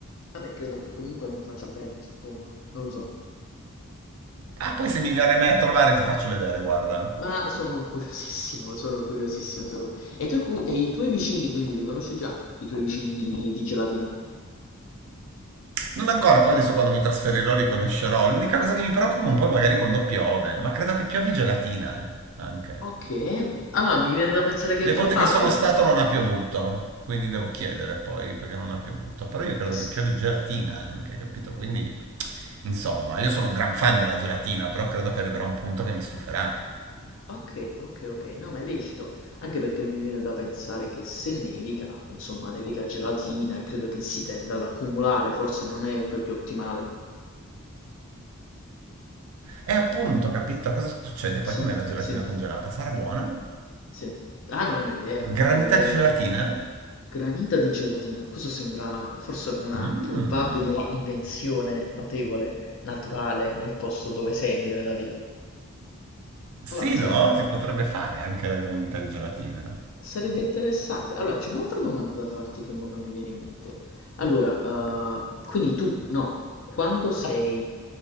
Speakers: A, on the left; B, on the right.
A: vabbè, credo che comunque non faccia bene, suppongo, non lo so.
B: Ah, poi se mi verrai mai a trovare ti faccio vedere, guarda.
A: Ma sono curiosissimo, sono curiosissimo. sono- E, i tuoi cu- e i tuoi vicini quindi li conosci già, i tuoi vicini di gelatina?
B: Non ancora, poi adesso quando mi trasferirò li conoscerò. L'unica cosa che mi preoccupa un po' è magari quando piove, ma credo che piovi gelatina, eh, anche.
A: Ok, allora mi viene da pensare che
B: Le
A: è probabile.
B: volte che sono stato non ha piovuto, quindi devo chiedere poi perché non ha piovuto. Però io credo
A: Eh s-
B: che piovi gelatina anche, capito? Quindi, insomma, io sono un gran fan della gelatina, però credo che arriverà un punto che mi stuferà.
A: Okay, okay, okay. No, ma è lecito, anche perché mi viene da pensare che se nevica, insomma, nevica gelatina e credo che si tenda ad accumulare, forse non è proprio ottimale.
B: E appunto, capito? Cosa succede? Poi
A: Sì,
B: com'è la gelatina
A: sì,
B: congelata? Sarà buona?
A: sì. Ah, non ho idea,
B: Granita
A: non ho idea.
B: di gelatina?
A: Granita di gelatina, questo sembra forse una
B: Mmm.
A: probabile invenzione notevole, naturale, nel posto dove sei, mi viene da dire.
B: Sì,
A: Allora, senti.
B: no? Si potrebbe fare anche la granita di gelatina.
A: Sarebbe interessante. Allora, c'è un'altra domanda da farti che mo che mi viene in mente. Allora, eh, quindi tu, no, quando sei